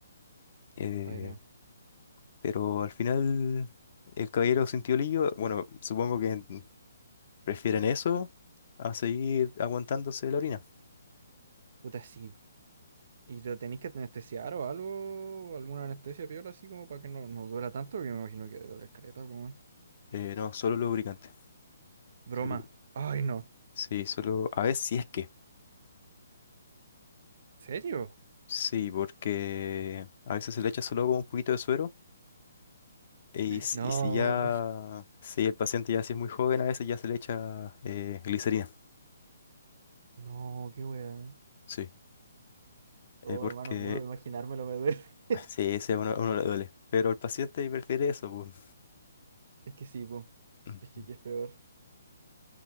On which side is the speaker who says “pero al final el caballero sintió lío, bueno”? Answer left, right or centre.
Left